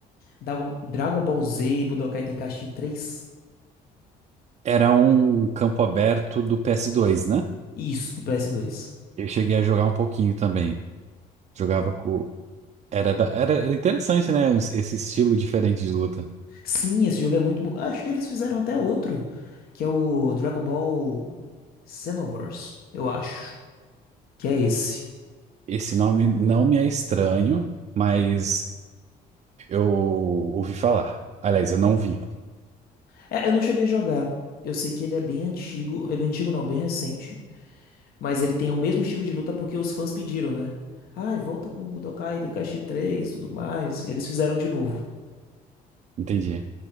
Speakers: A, on the left; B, on the right.
A: Dragon, Dragon Ball Z Budokai Tenkaichi 3?
B: Era um campo aberto do ps dois né?
A: Isso, do PS2.
B: Eu cheguei a jogar um pouquinho também. Jogava com. Era, da- era, era interessante, né? os- Esse estilo diferente de luta.
A: Sim, esse jogo é muito bom. Acho que eles fizeram até outro, que é o Dragon Ball Xenoverse, eu acho. Que é esse.
B: Esse nome não me é estranho, mas eu ouvi falar. Aliás, eu não vi.
A: É, eu não cheguei a jogar. Eu sei que ele é bem antigo. É bem antigo não, bem recente. Mas ele tem o mesmo estilo de luta porque os fãs pediram, né? Ai, volta com o Budokai Tenkaichi 3 e tudo mais. Eles fizeram de novo.
B: Entendi.